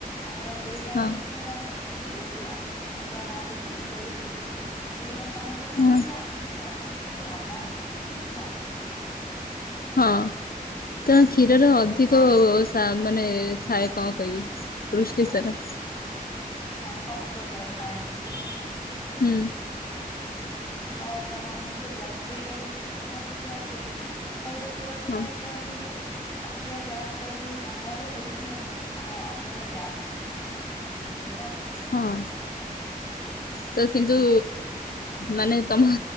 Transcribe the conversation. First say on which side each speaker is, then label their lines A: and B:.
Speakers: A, on the left (about 25°); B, on the left (about 75°).
A: ଆମର ଏବେ ବି ଗାଈ
B: ହଁ
A: ଅଛି ଆମ ଗାଁରେ ଆଗରୁ ବି ଥିଲା, ଯେତେବେଳେ ବାହାରେ ରହୁିଥିଲି ସେତବେଳେ ବି ଥିଲା। ସମସ୍ତେ କୁହନ୍ତି
B: ହଁ
A: ତୁ ଆମ ଘର ଜନ୍ମ ହେଇ କିଛି ଲାଭ ନାହିଁ ତୁ ତ କିଛି ଖାଉନୁ।
B: ହଁ କାରଣ କ୍ଷୀରରେ
A: ଆ
B: ଅଧିକ
A: ଆମ ମାମୁଁ
B: ତା ମାନେ ଥାଏ କଣ କହିବି? ପୃଷ୍ଟିସାର
A: ହଁ ହଁ ହଁ ସବୁ ପ୍ରକାର ଥାଏ ଜିନିଷ <unintelligible>
B: ହୁଁ।
A: ହଁ ହଁ ମୋ ମାମୁଁ ଘରେ ଜର୍ଷି ଗାଇ ଥିଲା ବୋଲି ଆଗରୁ ସବୁବେଳେ କ୍ଷୀର ଫିର
B: ହଁ
A: ହଉଛି। ଦୁଆଁ ଦୁଇଁ ହୁଏ ତାଟିଆ ଗ୍ଲାସ ସବୁ ଗନ୍ଧାଏ ବୋଲି ମୁଁ ମାନେ ଅଧେବେଳେ ଯାଏନା ଗନ୍ଧେଇବ। ଖାଇପାରିବିନି
B: ହଁ
A: କିଛି।
B: ତ କିନ୍ତୁ ମାନେ ତମ